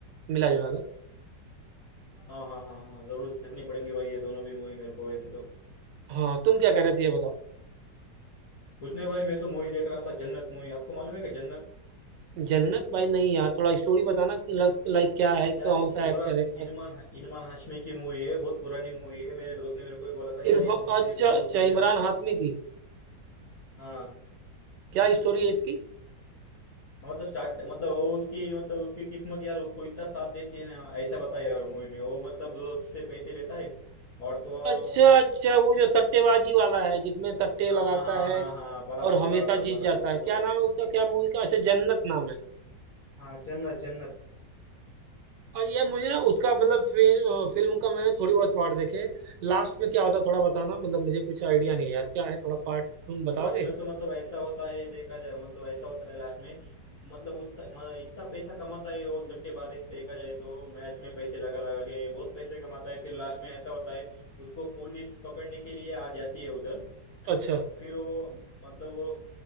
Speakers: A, on the right; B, on the left.
A: मिला जुला कर
B: हाँ हाँ हाँ हाँ जरूर देखनी पड़ेंगी भाई ये दोनों भी मूवी मेरे को वैसे तो
A: हाँ तुम क्या कह रहे थे ये बताओ
B: कुछ नहीं भाई मैं तो मूवी देख रहा था जन्नत मूवी आपको मालूम है कि जन्नत
A: जन्नत भाई नहीं यार थोड़ा स्टोरी बताना कि लाइक क्या है
B: यार
A: कौन
B: इमरान
A: सा एक्टर है क्या
B: इरमान इरमान हाशमी की मूवी है बहुत पुरानी मूवी है मेरे दोस्त ने मेरे को भी बोला था यार
A: इरफान
B: ये मूवी
A: अच्छा
B: देख तू
A: अच्छा
B: बहुत बढ़िया
A: इमरान
B: मूवी
A: हाशमी की
B: हाँ
A: क्या स्टोरी है इसकी
B: मतलब स्टार्ट मतलब वो उसकी मतलब उसकी किस्मत यार उसको इतना साथ देती है ना ऐसा बताया यार मूवी में वो मतलब दोस्त से पैसे लेता है और तो और
A: अच्छा
B: वो
A: अच्छा वो जो
B: उस
A: सट्टेबाजी वाला है जिसमें सट्टे
B: हाँ
A: लगाता
B: हाँ
A: है
B: हाँ हाँ बराबर
A: और हमेशा
B: बराबर
A: जीत
B: बराबर
A: जाता है
B: वो
A: क्या
B: रे
A: नाम है उसका क्या मूवी का अच्छा जन्नत नाम है
B: हाँ जन्नत जन्नत
A: और यार मुझे ना उसका मतलब फिल्म फिल्म का मैंने थोड़ी बहुत पार्ट देखे लास्ट में क्या होता है थोड़ा बताना मतलब मुझे कुछ आइडिया नहीं है यार क्या है थोड़ा पार्ट तुम बताओगे
B: लास्ट में तो मतलब ऐसा होता है देखा जाए मतलब ऐसा होता है लास्ट में मतलब उतना मतलब इतना पैसा कमाता है वो सट्टेबाजी से देखा जाए तो मैच में पैसे लगा लगा के बहुत पैसे कमाता है फिर लास्ट में ऐसा होता है उसको पुलिस पकड़ने के लिए आ जाती है उधर
A: अच्छा
B: फिर वो मतलब वो